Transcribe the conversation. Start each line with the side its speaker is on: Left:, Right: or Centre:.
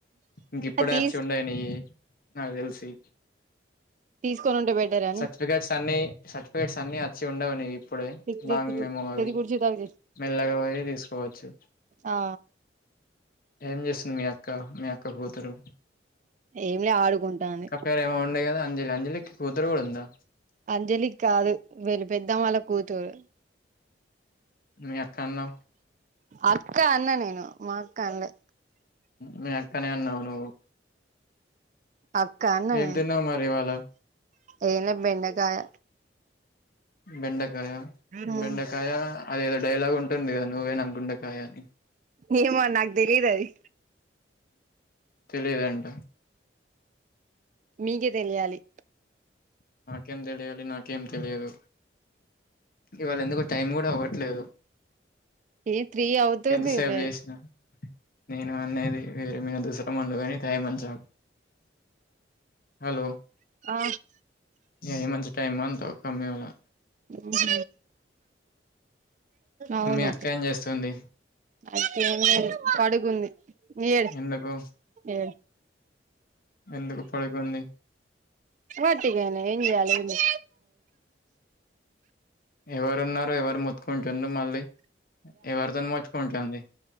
Left: ఇంక ఇప్పుడే
Right: అది తీసు
Left: వచ్చి ఉండయి నీవి నాకు తెలిసి
Right: తీసుకొని ఉంటే బెటర్ అని
Left: సర్టిఫికెట్స్ అన్ని సర్టిఫికెట్స్ అన్ని వచ్చి ఉండవు నీవి ఇప్పుడే
Right: ఎగ్జిక్యూటివ్
Left: లాంగ్ మెమె అవి
Right: తెది గురించి తాగు చెయ్
Left: మెల్లగా పోయి తీసుకోవచ్చు
Right: ఆ
Left: ఏం చేస్తుంది మీ అక్క మీ అక్క కూతురు
Right: ఏంలే ఆడుకుంటానంది
Left: పెరెమో ఉండే గదా అంజలి అంజలికి కూతురు గూడా ఉందా
Right: అంజలికి కాదు వీళ్ళ పెద్దామ్మా వాళ్ళ కూతురు
Left: మీ అక్క అన్నావ్
Right: అక్క అన్నా నేను అక్క అనలే
Left: మీ అక్కనే అన్నావు నువ్వు
Right: అక్కన్నేను
Left: ఏం తిన్నావు మరి ఇవాళ
Right: ఏనలే బెండకాయ
Left: బెండకాయ
Right: హ్మ్
Left: బెండకాయ అదేదో డైలాగ్ ఉంటుంది కదా నువ్వేనా గుండకాయ అని
Right: ఏమో నాక్ తెలిద్ అది
Left: తెలిదంట
Right: మీకే తెలియాలి
Left: నాకేం తెలియాలి నాకేం తెలియదు ఇవాళ ఎందుకు టైం గూడా అవ్వట్లేదు
Right: ఏ త్రీ అవుతుంది
Left: ఎంత సేప్
Right: లే
Left: చేసినా నేను అనేది వేరే మీన దుసరా ముందుగాని తయమంచాం హలో
Right: ఆ
Left: ఏ మంచి టైమ్ అ అంటావ్ ఒకఅమ్మాయి లా
Right: ఉహు అవును
Left: మీ అక్క ఏం చేస్తుంది
Right: అయితే పడుకుంది ఏ
Left: ఎందుకు
Right: ఏ
Left: ఎందుకు పడుకుంది
Right: వట్టిగానే ఏం చేయాలి ఎంది
Left: ఎవరు ఉన్నారు ఎవరు మోతుకుంటురు మళ్ళీ ఎవరి తోని మోచుకుంటుంది